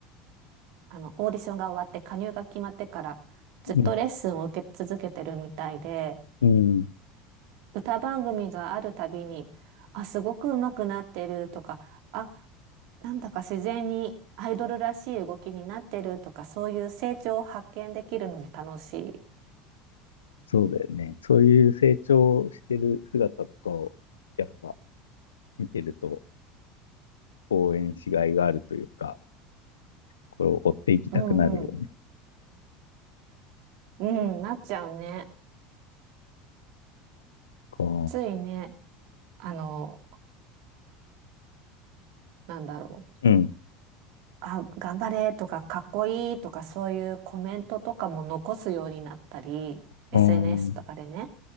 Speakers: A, on the right; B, on the left.
A: あのオーディションが終わって加入が決まってからずっとレッスンを受け続けてるみたいで、
B: うん、うん。
A: 歌番組があるたびに、あ、すごく上手くなってるとか、あ、なんだか自然にアイドルらしい動きになってるとか、そういう成長を発見できるのも楽しい。
B: そうだよね。そういう成長してる姿とかを、やっぱ見てると応援しがいがあるというか、これを追っていきたくなるよね。
A: うんうん。うん、なっちゃうね。
B: こ
A: ついね、あの、なんだろう。
B: う、うん、
A: あ、頑張れとか、かっこいいとか、そういうコメントとかも残すようになったり、
B: うん、
A: SNS とかでね、